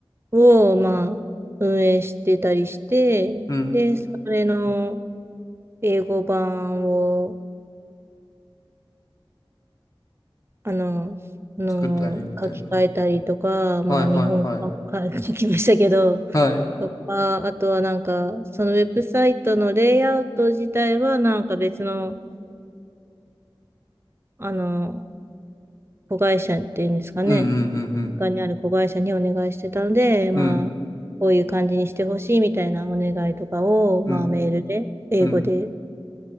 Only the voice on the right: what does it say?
を、まあ、運営してたりして、
で、それの、英語版を、あの、の書き換えたりとか、
まあ、
日本語版も <laughs> 書きましたけど、
とか、あとはなんか、そのウェブサイトのレイアウト自体は、なんか別の、あの、子会社っていうんですかね、
他にある子会社にお願いしてたので、まあ、
こういう感じにしてほしいみたいなお願いとかを、まあ、
メールで、英語で